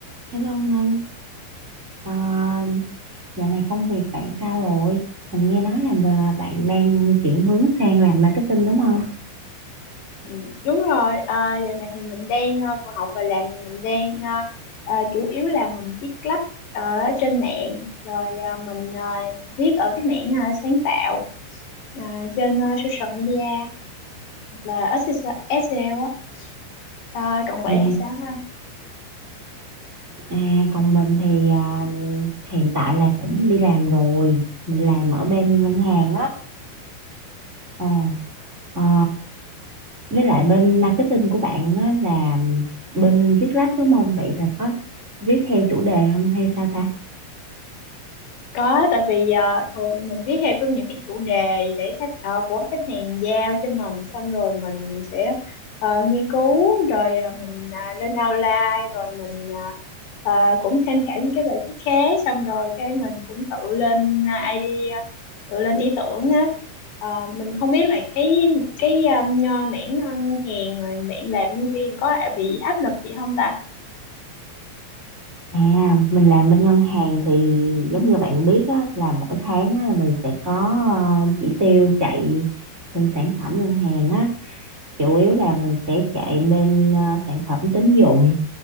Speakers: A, on the right; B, on the left.
A: Hello Ngân, à, dạo này công việc bạn sao rồi? Mình nghe nói là bà- bạn đang chuyển hướng sang làm marketing đúng không?
B: Ừ, đúng rồi à, giờ này thì mình đang ờ, vừa học và làm thì mình đang ờ, ờ, chủ yếu là mình viết lách ở trên mạng rồi ờ, mình ờ, viết ở cái mảng ờ, sáng tạo ờ, trên ờ, social media hoặc là SEO á à, còn bạn
A: À,
B: thì sao ha
A: à còn mình thì à, hiện tại là cũng đi làm rồi, mình làm ở bên ngân hàng á. Ờ, à, với lại bên marketing của bạn á là bên viết lách đúng không? Vậy là có viết theo chủ đề không hay sao ta?
B: Có, tại vì ờ, thường thì mình viết theo cái những cái chủ đề để khách ờ, của khách hàng giao cho mình xong rồi mình sẽ ờ, nghiên cứu rồi ờ, mình ờ, lên outline rồi mình ờ, ờ, cũng tham khảo những cái bài viết khác xong rồi cái mình cũng tự lên ờ, idea tự lên ý tưởng á Ờ, mình không biết là cái cái ờ, mảng ngân hàng rồi mảng làm nhân viên có bị áp lực gì không ta?
A: À, mình làm bên ngân hàng thì giống như bạn biết á, là mỗi tháng á, là mình sẽ có ờ, chỉ tiêu chạy bên sản phẩm ngân hàng á. Chủ yếu là mình sẽ chạy bên ờ, sản phẩm tín dụng,